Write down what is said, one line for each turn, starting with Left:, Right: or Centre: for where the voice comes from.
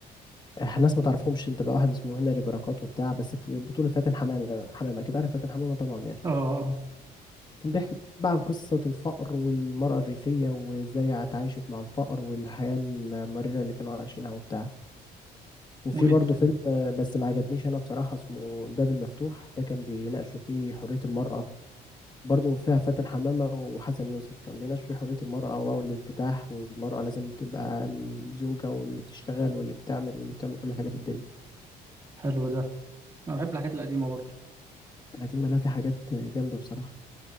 Left: احنا ناس ما تعرفهمش انت بقى واحد اسمه هنري بركات وبتاع بس في البطولة فاتن حمامة حمامة اكيد عارف فاتن حمامة طبعا يعني
Right: اه اه
Left: كان بيحكي بقى عن قصة الفقر والمرأة الريفية وازاي اتعايشت مع الفقر والحياة المريرة اللي كانوا عايشينها وبتاع وفي
Right: وايه
Left: برضه
Right: تاني؟
Left: فيلم آه، بس ما عجبنيش انا بصراحة اسمه الباب المفتوح ده كان بيناقشوا فيه حرية المرأة برضه فيها فاتن حمامة وحسن يوسف كان بيناقش في حرية المرأة بقى والانفتاح والمرأة لازم تبقى الزوجة واللي بتشتغل واللي بتعمل واللي بتعمل كل حاجة في الدنيا
Right: حلو ده انا بحب الحاجات القديمه برضه
Left: لا دي مالها في حاجات جامدة بصراحة